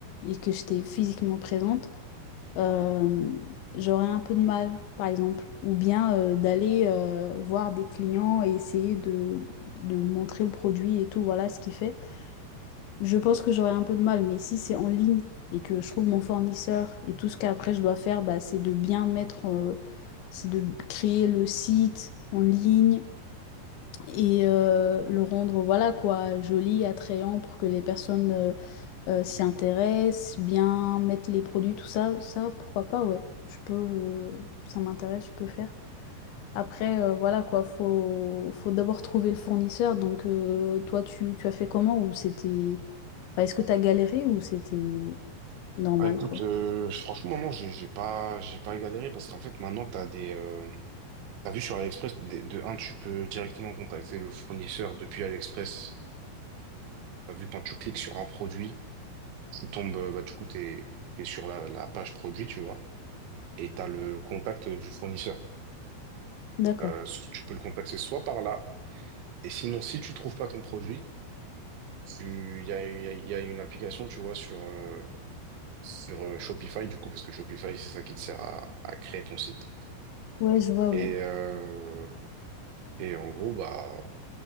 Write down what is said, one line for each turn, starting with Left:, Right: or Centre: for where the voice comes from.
Left: et que j'étais physiquement présente euh, j'aurais un peu de mal, par exemple. Ou bien euh, d'aller euh, voir des clients et essayer de, de montrer le produit et tout, voilà ce qu'il fait. Je pense que j'aurais un peu de mal, mais si c'est en ligne et que je trouve mon fournisseur et tout ce qu'après je dois faire, bah, c'est de bien mettre, euh, c'est de créer le site. en ligne et euh, le rendre voilà quoi joli, attrayant pour que les personnes euh, euh, s'y intéressent, bien mettre les produits, tout ça, ça, pourquoi pas, ouais. Je peux, euh, ça m'intéresse, je peux faire. Après, euh, voilà quoi, faut, faut d'abord trouver le fournisseur. Donc, euh, toi, tu, tu as fait comment ou c'était... Enfin, est-ce que t'as galéré ou c'était normal,
Right: Bah, écoute,
Left: quoi?
Right: euh, franchement, non, j'ai j'ai pas, j'ai pas galéré parce qu'en fait, maintenant, t'as des, euh, t'as vu sur AliExpress, de, de un, tu peux directement contacter le fournisseur depuis AliExpress. T'as vu quand tu cliques sur un produit, tu tombes, euh, bah, du coup, t'es, t'es sur la, la page produit, tu vois, et t'as le contact du fournisseur.
Left: D'accord.
Right: Euh, tu peux le contacter soit par là, et sinon, si tu trouves pas ton produit, tu- il y a, il y a- il y a une application, tu vois, sur, euh, sur euh, Shopify, du coup, parce que Shopify, c'est ça qui te sert à, à créer ton site.
Left: Ouais, je vois,
Right: Et,
Left: oui.
Right: euh, et en gros, bah,